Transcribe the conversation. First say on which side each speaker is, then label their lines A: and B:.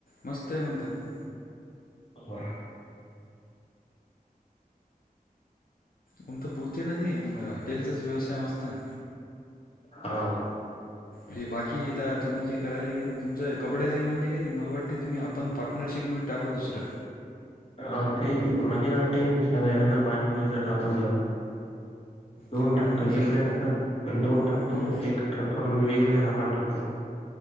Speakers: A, on the left; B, on the left.
A: मस्त आहे म्हणत
B: हो
A: पम तर पुूरती ना ते हॉटेलचाच व्यवसाय मस्त ना
B: हाव
A: हे बाकी येता तुम्ही जे करायल का तुमचं कपड्यांही म्हणले काय नाही मला वाटतते तुम्ही आपण पार्टनरशिपमध्ये टाकू दुसरं
B: ह ते मालिकाट टे एखादा पाणीपुरीस टाकून जाऊ कोोन
A: ते पाणीपुरीचा
B: टाकतो हे नाही टाक दोन टाकतो
A: हम्म.
B: एक ठाकतो वेगळ्या नावान ठेरतो